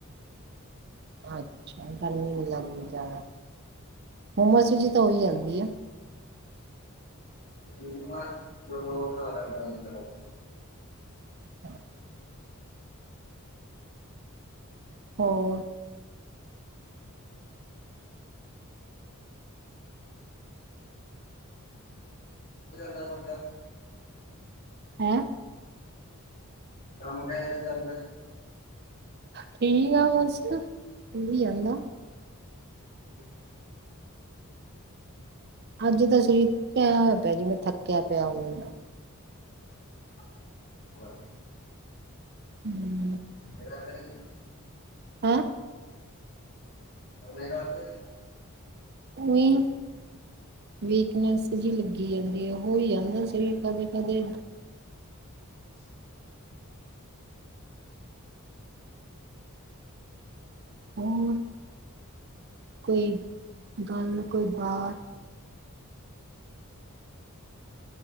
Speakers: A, on the right; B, on the left.
A: ਅੱਛਾ, ਗਰਮੀ ਨੀ ਲੱਗਦੀ ਜਾਦਾ, ਹੂਮਸ ਜੀ ਤਾਂ ਹੋਈ ਜਾਂਦੀ ਆ।
B: <unintelligible>
A: <inaudible> ਹੋਰ?
B: <unintelligible>
A: ਹੈਂ।
B: <unintelligible>
A: ਠੀਕ ਆ ਬਸ, ਹੋਈ ਜਾਂਦਾ।
B: <inaudible>
A: ਅੱਜ ਤਾਂ ਸਰੀਰ ਟੂਟੇਆ, ਪੇਆ ਜਿਵੇਂ ਥੱਕੇਆ ਪੇਆ ਹੂੰਦਾ।
B: <unintelligible>
A: ਹੂੰ।
B: <unintelligible>
A: ਹੈਂ।
B: <unintelligible>
A: ਓਈ ਨੀ। ਵੀਕਨੈਸ ਜੀ ਲੱਗੀ ਜਾਂਦੀ ਆ, ਹੋਈ ਜਾਂਦਾ ਐ ਸਰੀਰ ਦਾ ਕਦੇ-ਕਦੇ।
B: <inaudible>
A: ਹੋਰ? ਕੋਈ ਗਾੱਲ, ਕੋਈ ਬਾਤ?